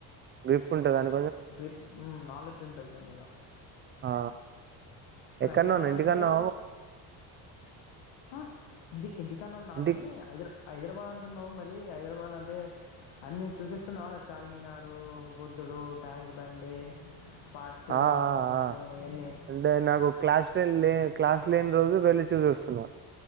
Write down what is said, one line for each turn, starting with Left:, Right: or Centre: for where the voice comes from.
Right: అ గ్రిప్ ఉంటుదని
Left: గ్రిప్ ఉం నాలెడ్జ్ ఉంటది దానిమీద
Right: ఆ
Left: మరి
Right: ఎక్కడన్నా
Left: హైదరాబాద్
Right: ఉన్నా
Left: అంటున్నావ్
Right: ఇంటికన్నా
Left: ఆ ఇంటి ఇంటికన్నే ఉన్నా
Right: ఇంటి
Left: కాని హైదరా హైదరాబాద్ అంటున్నావ్ మరి హైదరాబాద్ల అంటే అన్నీ చూసస్తున్నావారా చార్మినారు బుద్ధుడు ట్యాంక్ బండి పాస్
Right: ఆ ఆ
Left: మొట్టం
Right: ఆ
Left: ఇయన్ని
Right: అంటే నాకు క్లాస్ టెన్ లే క్లాస్ లేని రోజు వెళ్ళి చూసస్తున్నా